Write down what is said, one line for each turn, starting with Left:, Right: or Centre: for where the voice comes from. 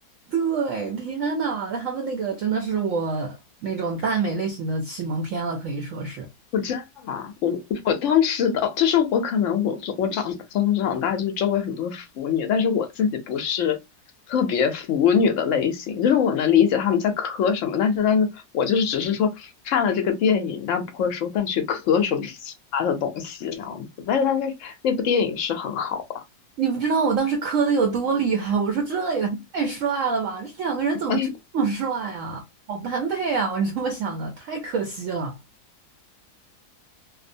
Right: 对，天呐，他们那个真的是我那种耽美类型的启蒙片了，可以说是。
Left: 我真的吗？我我当时的就是我可能我我长从小长大就是周围很多腐女，但是我自己不是特别腐女的类型，就是我能理解他们在磕什么，但是但是我就是只是说看了这个电影，但不会说再去磕什么其他的东西那样子。但是但是那部电影是很好啊，
Right: 你不知道我当时磕的有多厉害，我说这也太帅了吧，这两个人怎么这么帅啊？
Left: <laughs> 哎
Right: 好般配啊！我这么想的，太可惜了，